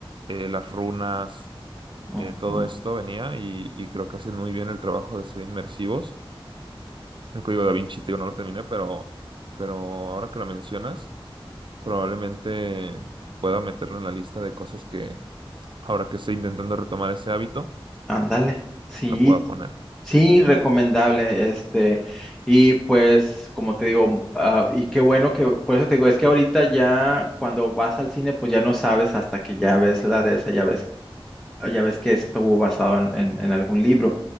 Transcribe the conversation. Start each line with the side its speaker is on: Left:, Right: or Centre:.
Right: eh, las runas,
Centre: ujú,
Right: eh, todo esto venía y, y creo que hacen muy bien el trabajo de ser inmersivos. El Código Da Vinci, te digo, no lo terminé, pero, pero ahora que lo mencionas, probablemente pueda meterlo en la lista de cosas que ahora que estoy intentando retomar ese hábito,
Centre: Ándale. Sí,
Right: no pueda poner.
Centre: sí, recomendable. Este, y pues, como te digo, m- ah, y qué bueno que, por eso te digo, es que ahorita ya cuando vas al cine, pues ya no sabes hasta que ya ves la de esa, ya ves ah, ya ves que estuvo basado en, en- en algún libro.